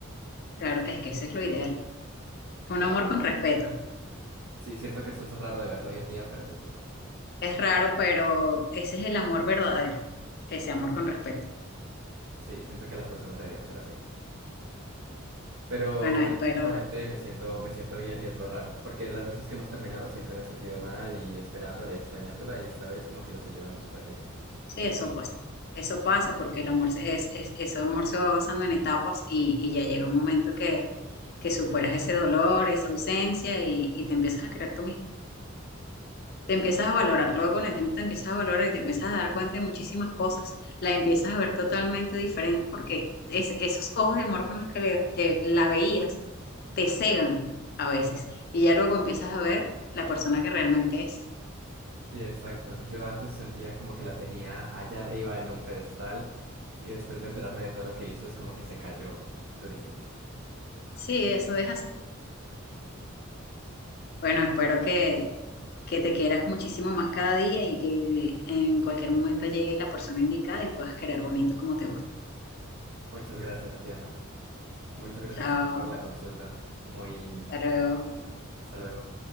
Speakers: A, on the left (about 50°); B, on the right (about 65°).
A: Claro, es que ese es lo ideal. Un
B: Claro.
A: amor con respeto.
B: Sí, siento que eso es raro de verlo hoy en día, pero pues no sé.
A: Es raro, pero ese es el amor verdadero. Ese amor con respeto.
B: Sí, siento que las personas deberían ser así. Pero
A: Bueno,
B: últimamente
A: espero,
B: me siento, me siento bien y es lo raro, porque las veces que hemos terminado siempre me he sentido mal y esperándola y extrañándola y esta vez como que lo estoy llevando súper bien.
A: Sí, eso pasa. Eso pasa porque el amor se, es, es, eso amor se va basando en etapas y, y ya llega un momento que, que superas ese dolor, esa ausencia y, y te empiezas a creer tú mismo. Te empiezas a valorar, luego con el tiempo te empiezas a valorar y te empiezas a dar cuenta de muchísimas cosas, la empiezas a ver totalmente diferente porque es- esos ojos de amor con los que le- te, la veías te cegan a veces y ya luego empiezas a ver la persona que realmente es.
B: Sí, exacto. Yo antes sentía como que la tenía allá arriba en un pedestal y después de enterarme de todo lo que hizo es como que se cayó durísimo.
A: Sí, eso es así. Bueno, espero que, que te quieras muchísimo más cada día y que en cualquier momento llegue la persona indicada y puedas querer bonito como te gusta.
B: Muchas gracias, Diana. Muchas gracias
A: Chao,
B: también por la consulta. Muy
A: hasta luego.
B: interesante. Hasta luego.